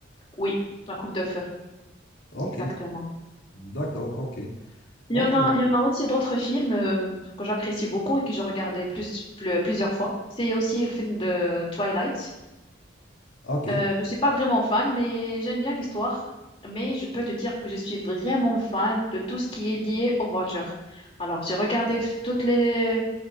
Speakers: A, on the left; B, on the left.
A: Oui, La Coupe de Feu,
B: Ok,
A: exactement.
B: d'accord, ok.
A: Il
B: Ok,
A: y en a, il y en a aussi d'autres films euh, que j'apprécie beaucoup et que je regardais plus, plus- plusieurs fois. C'est aussi le film de Twilight.
B: ok,
A: Euh, je ne suis pas vraiment fan, mais j'aime bien l'histoire. Mais je peux te dire que je suis vraiment fan de tout ce qui est lié aux voitures. Alors, j'ai regardé f- toutes les,